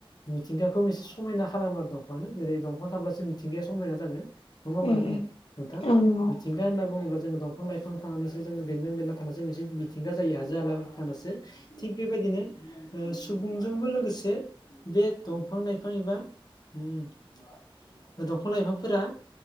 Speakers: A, on the left (about 45°); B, on the left (about 75°).
A: मिथिंगाखौ एसे समायना खालामो आरो दंफाङानो जेरै दंफां थाब्लासो मिथिंगाया समायना जागोन नङा होमबा
B: उम
A: नोंथां?
B: उम औ नंगौ
A: मिथिंगा होनना बुङोब्ला जोङो दंफां लाइफां थानानैसो जोङो बेन्दों बेन्ला थानासो मोनसे मिथिंगा जायो हाजो हालाफोर थानासो थिग बेबायदिनो सुबुंजोंबो लोगोसे बे दंफां लाइफां एबा- दंफां लाइफांफोरा